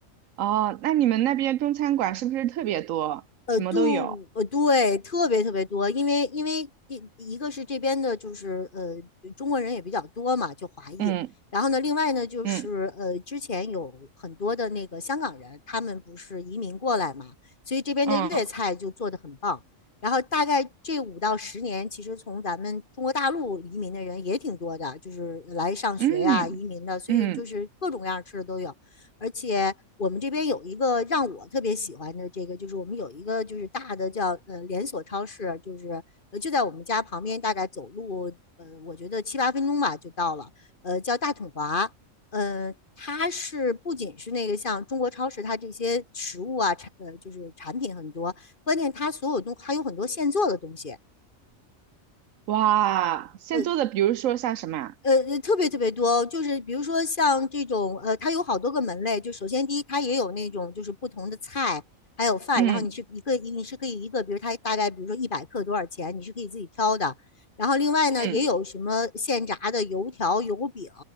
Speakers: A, on the right; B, on the left.
A: 哦，那你们那边中餐馆是不是特别多？
B: 呃，
A: 什么都有。
B: 度呃，对，特别特别多，因为因为一一个是这边的，就是呃，中国人也比较多嘛，就华裔。
A: 嗯
B: 然后呢，另外呢，就是呃，
A: 嗯
B: 之前有很多的那个香港人，他们不是移民过来嘛，所以这边的粤菜就做得很棒。
A: 嗯
B: 然后大概这五到十年，其实从咱们中国大陆移民的人也挺多的，就是来上学呀、
A: 嗯嗯，
B: 移民的，所以就是各种各样吃的都有。而且我们这边有一个让我特别喜欢的这个，就是我们有一个就是大的叫呃连锁超市，就是呃就在我们家旁边，大概走路呃我觉得七八分钟吧就到了，呃叫大统华，呃它是不仅是那个像中国超市，它这些食物啊产呃就是产品很多，关键它所有东还有很多现做的东西，
A: 哇！现做的，
B: 呃
A: 比如说像什么啊
B: 呃，呃特别特别多，就是比如说像这种，呃，它有好多个门类。就首先第一，它也有那种就是不同的菜，还有饭，
A: 嗯
B: 然后你是一个，你是可以一个，比如它大概比如说一百克多少钱，你是可以自己挑的。然后另外呢，
A: 嗯
B: 也有什么现炸的油条、油饼，